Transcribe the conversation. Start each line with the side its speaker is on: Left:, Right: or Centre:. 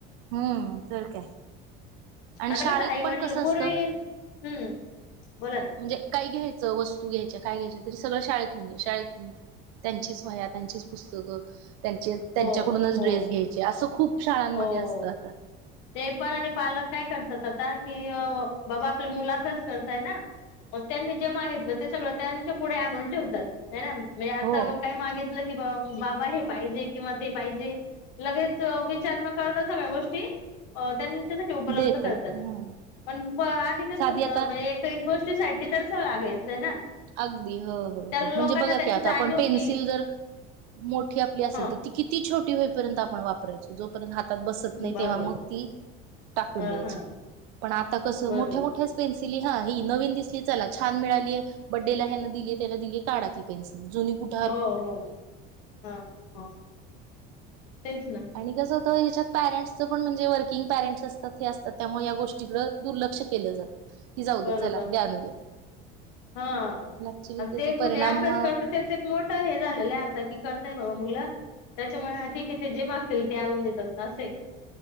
Right: हम्म तर काय आणि
Left: आता
Right: शाळेत
Left: कसं आई वडील
Right: पण कस अस
Left: पूर्वी
Right: त
Left: हम्म बोला ना
Right: म्हणजे काही घ्यायचं, वस्तू घ्यायच्या, काय घ्यायच्या तरी, सगळं शाळेतून घ्या, शाळेतून घ्या. त्यांचे वह्या त्यांचीच पुस्तकं त्यांचे त्यांच्याकडूनच
Left: हो हो
Right: ड्रेस घ्यायचे असं खूप शाळांमध्ये
Left: हो
Right: असतं आता
Left: ते पण आणि पालक काय करतात आता, कि बाबा आपल्या मुलाचाच खर्च आहे ना. मग त्यांनी जे मागितलं ते सगळ त्यांच्या पुढे आणून ठेवतात ना म्हणजे आता
Right: हो
Left: काही मागितलं कि बा बाबा हे पाहिजे किंवा ते पाहिजे लगेच विचार न करता सगळ्या गोष्टी त्यां उपलब्ध
Right: देतात
Left: करतात
Right: ह
Left: आधी कसं
Right: साधी
Left: होत.
Right: आता
Left: एक गोष्टीसाठी तरसं लागायचंय ना.
Right: अगदी हो हो
Left: त्या
Right: हो
Left: लोकांना
Right: म्हणजे बघा
Left: त्याची
Right: की आता
Left: जाणीव
Right: आपण
Left: होती
Right: पेन्सिल जर मोठी आपली असेल
Left: ह
Right: तर ती किती छोटी होईपर्यंत आपण वापरायचो जोपर्यंत हा बसत नाही
Left: बरोबर
Right: तेव्हा मग ती टाकून
Left: ह
Right: द्यायची
Left: ह
Right: पण आता कस
Left: बरोबर
Right: मोठ्या मोठ्या पेन्सिल हा ही नवीन दिसली चला छान मिळालीय. बड्डेला ह्याना दिले त्याना दिले काढा ती पेन्सिल जुनी कुठ
Left: हो हो हा हो तेच ना.
Right: आणि कसं होतं याच्यात पॅरेंट्सच पण म्हणजे वर्किंग पॅरेंट्स असतात. हे असतात. त्यामुळे या गोष्टीकडं दुर्लक्ष केलं जात की, जाऊ
Left: बरोबर
Right: दे चला द्या नवीन
Left: हा
Right: पण ऍक्च्युली
Left: आणि
Right: त्याचे
Left: ते एक म्हणजे
Right: परिणाम
Left: अभ्यास करत तेच मोठ हे झालेल की आता करतायत बाबा मूल त्याच्यामूळ ठीक आहे ते जे मा ते आणून देतात ना असय.